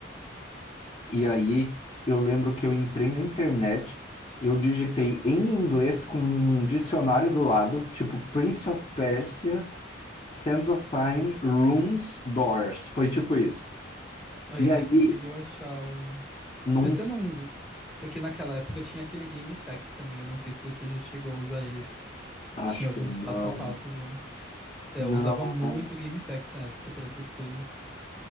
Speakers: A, on the left; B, in the centre.
A: E aí eu lembro que eu entrei na internet, eu digitei em inglês com um dicionário do lado, tipo Prince of Persia, Sands of Time, Rooms, Doors. Foi tipo isso.
B: Aí
A: E
B: você
A: aí,
B: conseguiu achar o.
A: não,
B: Mas você
A: s-
B: não. É que naquela época tinha aquele GameFAQs também. Eu não sei se você já chegou a usar ele.
A: acho
B: Tinha alguns
A: que não.
B: passo a passos lá. É,
A: Não,
B: eu usava muito o GameFAQs na época pra essas coisas.